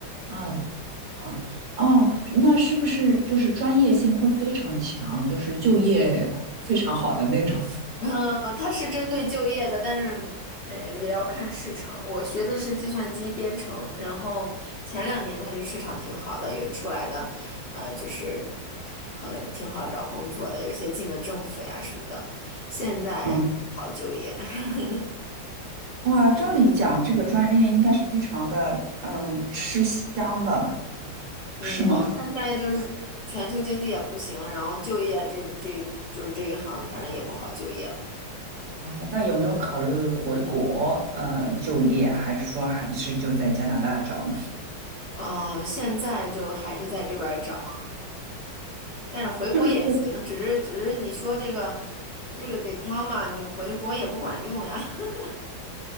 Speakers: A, on the right (about 50°); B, on the left (about 50°).
A: 啊啊，哦，那是不是就是专业性会非常强，就是就业非常好的那种？
B: 嗯，它是针对就业的，但是嗯，也要看市场。我学的是计算机编程，然后前两年它就市场挺好的，有出来的，呃，就是很挺好找工作的，有些进了政府呀什么的，现在不好就业。
A: <laughs> 嗯，
B: <laughs>
A: 哇，照理讲，这个专业应该是非常的，嗯，吃香的，
B: 嗯，
A: 是吗？
B: 现在就是全球经济也不行，然后就业这这就是这一行，反正也不好就业了。
A: 哦，那有没有考虑回国呃就业，还是说还是就在加拿大找呢？
B: 呃，现在就还是在这边儿找。但是回国也行，
A: 是不是？
B: 只是只是你说这个这个 diploma 你回国也不管用呀。<laughs>